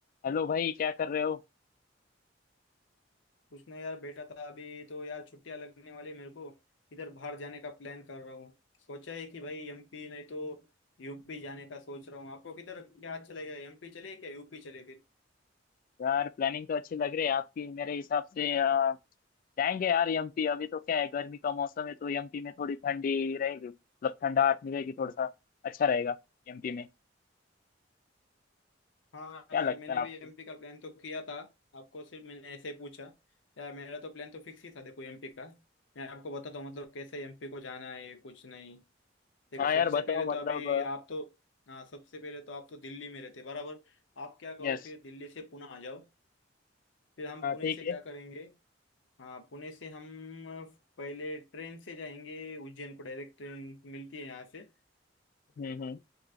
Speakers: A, on the left; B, on the left.
A: Hello भाई क्या कर रहे हो
B: उसने यार बेटा था अभी तो यार छुट्टियां लगने वाली मेरे को इधर बाहर जाने का प्लान कर रहा हूँ सोचा है कि भाई एमपी नहीं तो यूपी जाने का सोच रहा हूँ आपको किधर क्या अच्छा लगेगा एमपी चले क्या यूपी चले फिर
A: यार प्लानिंग तो अच्छी लग रही है आपकी मेरे हिसाब से अ, जाएंगे यार एमपी अभी तो क्या है गर्मी का मौसम है तो एमपी में थोड़ी ठंडी रहेगी मतलब ठंडाहट मिलेगी थोड़ा सा अच्छा रहेगा एमपी में
B: हाँ
A: क्या
B: यार
A: लगता
B: मैंने
A: है आपको
B: भी एमपी का प्लान तो किया था आपको सिर्फ मैंने ऐसे ही पूछा यार मेरा तो प्लान तो फिक्स ही था देखो एमपी का मैं आपको बताता हूँ मतलब कैसे एमपी को जाना है कुछ नहीं देखो
A: हाँ
B: सबसे
A: यार बताओ
B: पहले तो
A: मतलब
B: अभी आप तो हाँ सबसे पहले तो आप तो दिल्ली में रहते बराबर आप क्या करो
A: यस
B: फिर दिल्ली से पुणे आ जाओ फिर हम पुणे
A: ठीक
B: से क्या
A: है
B: करेंगे हाँ पुणे से हम पहले ट्रेन से जाएंगे उज्जैन को डायरेक्ट ट्रेन मिलती है यहाँ से
A: हम्म हम्म